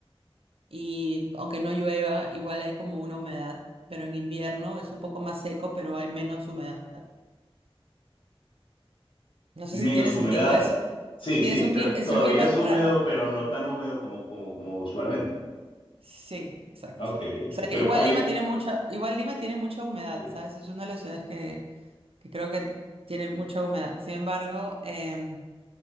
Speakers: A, on the right; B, on the left.
A: y aunque no llueva, igual hay como una humedad, pero en invierno es un poco más seco, pero hay menos humedad. No sé
B: Menos
A: si tiene sentido.
B: humedad.
A: Es,
B: Sí,
A: sí,
B: sí,
A: es un
B: pero
A: clima, es
B: todavía
A: un clima
B: es húmedo,
A: raro.
B: pero no tan húmedo como, como, como usualmente.
A: Sí, exacto.
B: Ok, ok.
A: O sea,
B: Pero
A: igual
B: Cali,
A: Lima tiene mucha, igual Lima tiene mucha humedad,
B: sí,
A: ¿sabes? Es una de las ciudades que, que creo que tiene mucha humedad. Sin embargo, em,